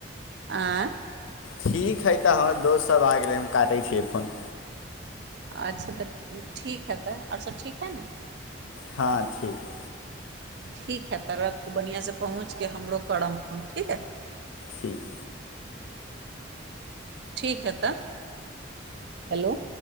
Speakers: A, on the right; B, on the left.
A: आ
B: ठीक हइ तऽ हमर दोस्तसभ आ गेलै हम काटै छियै फोन
A: अच्छा तऽ ठीक हइ तऽ आर सभ ठीक हइ ने
B: हाँ ठीक
A: ठीक हइ तऽ रखू बढ़िआँसँ पहुँचके हमरो करब फोन ठीक हइ
B: ठीक
A: ठीक है तऽ हेलो